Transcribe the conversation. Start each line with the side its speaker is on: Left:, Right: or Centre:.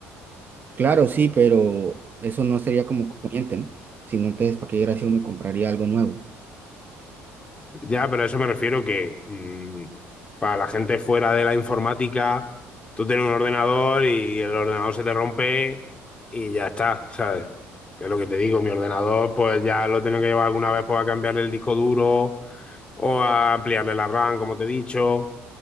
Right: Claro, sí, pero eso no sería como conveniente, ¿no? Si no, entonces, ¿para qué gracia uno compraría algo nuevo?
Left: Ya, pero a eso me refiero que mm, para la gente fuera de la informática, tú tienes un ordenador y el ordenador se te rompe y ya está, ¿sabes? Es lo que te digo, mi ordenador pues ya lo tengo que llevar alguna vez pues, a cambiarle el disco duro o a ampliarle la RAM, como te he dicho.